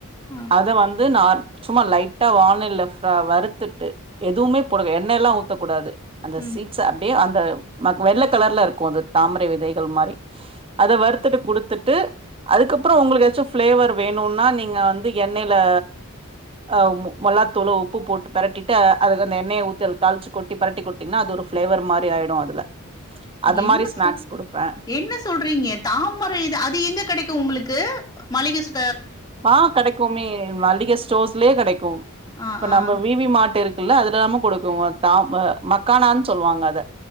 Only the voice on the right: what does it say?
அத வந்து நா சும்மா லைட்டா வானலில ஃப் வறுத்துட்டு எதுவுமே போடல எண்ணெல்லா ஊத்தக்கூடாது அந்த
சீ ஏ அந்த ம வெள்ள கலர்ல இருக்கு அது தாமரை விதைகள் மாரி அத வறுத்துட்டு குடுத்துட்டு அதுக்கப்றோ உங்களுக்கு எதாச்சு பிளேவர் வேணும்னா நீங்க வந்து எண்ணெய்லே ஆ மொ மொல்லாத்தூளு உப்பு போட்டு பெரட்டிட்டு அது அந்த எண்ணெய் ஊத்தி தாளிச்சி கொட்டி பெரட்டி குடுத்தீங்ன்னா அது ஒரு ஃப்ளேவர் மாரி ஆயிடு அதுல அது
மாத்ரி ஸ்நாக்ஸ்
குடுப்பே
ஆ கெடைக்குமே மளிக ஸ்டோர்ஸ்லயே கெடைக்கு
இப்ப
நம்ம வி வி மார்ட் இருக் கில்ல அதுலாம கொடுக்கு அத் தாம்ம மக்கானான் சொல்லுவாங்க அத